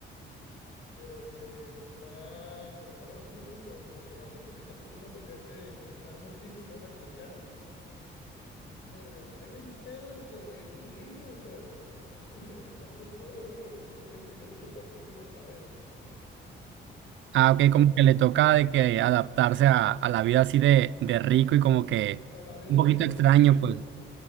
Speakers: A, on the left; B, on the right.
A: Pero pues está tratado muchísimo, pero o sea, porque lo hace que se case con una mujer que, que está hermosísima, una colombiana. Pero lo traen en pedos y el güey es humilde, o sea, <laughs> el, el vato es pobre, pero pues lo tienen viviendo como rico y no sabe.
B: Ah, ok,
A: La-
B: como que le toca de que adaptarse a, a la vida así de, de rico y como que
A: a la vida
B: un
A: de
B: poquito
A: mamón.
B: extraño, pues.